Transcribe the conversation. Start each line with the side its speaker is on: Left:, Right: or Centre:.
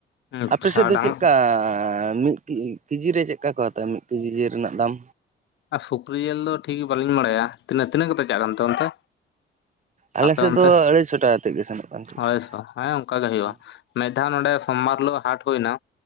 Left: ᱟᱪᱪᱷᱟ
Right: ᱟᱯᱮ ᱥᱮᱫ ᱫᱚ
Left: ᱰᱟᱝ
Right: ᱪᱮᱫ ᱠᱟ ᱢᱤᱫ <unintelligible> ᱠᱮᱡᱤ ᱨᱮ ᱪᱮᱫ ᱠᱟ ᱠᱚ ᱦᱟᱛᱟᱣᱟ ᱢᱤᱫ ᱠᱮᱡᱤ ᱡᱤᱞ ᱨᱮᱱᱟᱜ ᱫᱟᱢ
Left: ᱟᱨ ᱥᱩᱠᱨᱤ ᱡᱤᱞ ᱫᱚ ᱴᱷᱤᱠ ᱵᱟᱹᱞᱤᱧ ᱵᱟᱲᱟᱭᱟ ᱛᱤᱱᱟᱹᱜ ᱛᱤᱱᱟᱹᱜ ᱠᱟᱛᱮ ᱪᱟᱜ ᱠᱟᱱ ᱛᱮ ᱚᱱᱛᱮ?
Right: ᱟᱞᱮ
Left: ᱟᱯᱮ
Right: ᱥᱮᱫ
Left: ᱚᱱᱛᱮ
Right: ᱫᱚ ᱟᱹᱲᱟᱹᱭ ᱥᱚ ᱴᱟᱠᱟ ᱠᱟᱛᱮᱫ ᱜᱮ ᱥᱮᱱᱚᱜ ᱠᱟᱱ ᱛᱟᱦᱮᱸᱫ
Left: ᱟᱲᱟᱭᱥᱚ ᱦᱮᱸ ᱚᱱᱠᱟ ᱜᱮ ᱦᱳᱭᱳᱜᱼᱟ
Right: ᱦᱩᱸ
Left: ᱢᱤᱫ ᱫᱷᱟᱣ ᱱᱚᱰᱮ ᱥᱚᱢᱵᱟᱨ ᱦᱤᱞᱳᱜ ᱦᱟᱴ ᱦᱩᱭ ᱮᱱᱟ